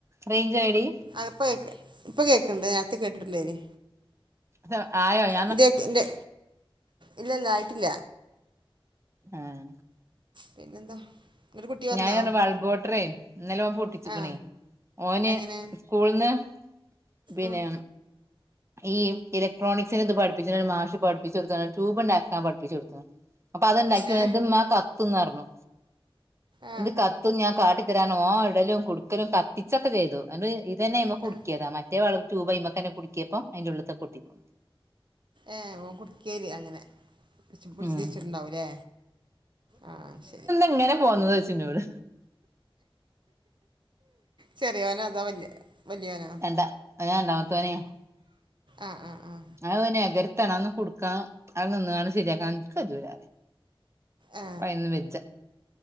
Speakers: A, on the right; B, on the right.
A: റെയ്ഞ്ച് പോയോ ടീ?
B: ആഹ് ഇപ്പ കേക്ക് ഇപ്പ കേക്ക്ണ്ട് നേര്ത്തെ കേട്ട്ട്ടില്ലേനി.
A: തൊ ആയോ അ
B: ഇന്റെക്ക് ഇന്റെ ഇല്ല ഇല്ല ആയിട്ടില്ല.
A: ഏഹ്
B: പിന്നെന്താ. ഒരു കുട്ടി വന്നോ
A: ഞാന റഞ്ഞെ ബൾബോഡറേ ഇന്നലെ ഓൻ പൊട്ടിച്ചിക്ക്ണെ
B: ആ
A: ഓന്
B: അങ്ങനെ
A: സ്കൂൾന്ന് പിന്നെ
B: ഉം,
A: ഈ ഇലക്ട്രോണിക്സിന്റെ ത് പഠിപ്പിച്ച് ണ ഒരു മാഷ് പഠിപ്പിച്ചൊട്ത്ത്ണ് ട്യൂബ് ണ്ടാക്കാൻ പഠിപ്പിചൊട്ത്തീണ്. അപ്പം അത്ണ്ടാക്കി
B: ഏ
A: ഓന് ഇത് മ്മാ കത്തും ന്ന് റഞ്ഞു.
B: ആ
A: ഇത് കത്തും ഞാൻ കാട്ടി തര റഞ്ഞ് ഓൻ ഇടലും കുടുക്കലും കത്തിച്ചൊക്കെ ചെയ്തു. ഇത് ഇതെന്നെ അയ്മെ കുട്ക്യ
B: ആ
A: ത മറ്റെ ബൾ ട്യൂബ് അയ്മക്കെന്നെ കുട്ക്ക്യപ്പം അയ്ന്റെ ഉള്ള്ത്തെ പൊട്ടി പോ
B: ഏ ഓൻ കുടിക്കലിഅങ്ങനെ. ജ് പിടിച്ച്
A: ഉം
B: വച്ചിട്ടുണ്ടാവും ല്ലേ ആ ശരി.
A: എങ്ങനെ പോന്നത് ചോയ്ച്ച് ന്നോട്.
B: ചെറ്യോനോ അതോ വല്യ വല്യോ നോ?
A: എന്താ അത് രണ്ടാമത്തോനേയ്.
B: ആഹ ആഹ ആഹ.
A: അ ഓനെ എകരത്താണ് അതൊന്നും കുടുക്കാൻ അവിടെ നിന്ന്കാണ്ട് ശരിയാക്കാൻ ഇന്ക്ക് കജ്ജൂല.
B: ആ
A: പ്പയ്നൊന്നും വജ്ജ.